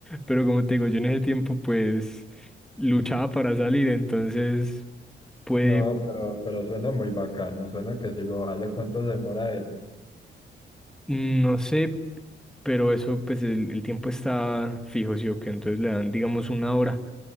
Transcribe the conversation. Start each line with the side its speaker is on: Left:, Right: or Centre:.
Centre: pero como te digo, yo en ese tiempo pues luchaba para salir, entonces... pude
Left: No, pero, pero suena muy bacano. Suena que sí lo vale. ¿Cuánto se demora eso?
Centre: Mm, No sé, pero eso, pues el, el tiempo está fijo, sí o qué, entonces le dan, digamos, una hora,